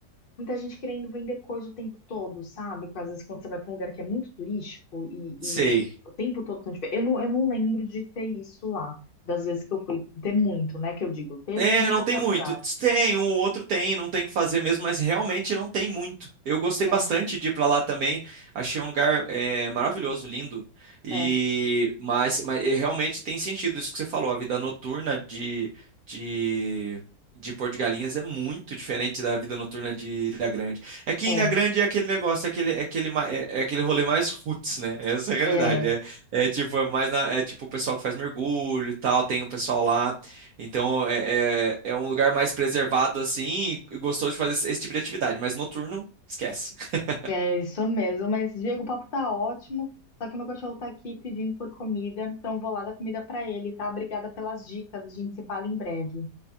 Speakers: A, on the left; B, on the right.
A: muita gente querendo vender coisa o tempo todo, sabe? Às vezes quando você vai para um lugar que é muito turístico e,
B: Sei.
A: e o tempo todo tão diferente. Eu não, eu não lembro de ter isso lá. Das vezes que eu fui, ter muito, né? Que eu digo, ter
B: É,
A: tem em
B: não
A: qualquer
B: tem muito.
A: lugar.
B: Tem, um ou outro tem, não tem o que fazer mesmo, mas realmente não tem muito. Eu gostei
A: É,
B: bastante de ir pra lá também. Achei um lugar é, maravilhoso, lindo. E
A: é,
B: mas, mas e realmente tem sentido isso que você falou. A vida noturna de, de, de Porto de Galinhas é muito diferente da vida noturna de Ilha Grande. É que
A: é,
B: em Ilha Grande é aquele negócio, é aquele, é aquele, ma- é, é aquele rolê mais roots, né? Essa é a realidade.
A: é.
B: É, é tipo, é mais na- é tipo o pessoal que faz mergulho e tal, tem o pessoal lá. Então é, é, é um lugar mais preservado assim e gostoso de fazer esse esse tipo de atividade, mas noturno, esquece. <laughs>
A: É isso mesmo. Mas, Diego, o papo tá ótimo. Só que meu cachorro tá aqui pedindo por comida. Então, eu vou lá dar comida para ele, tá? Obrigada pelas dicas. A gente se fala em breve.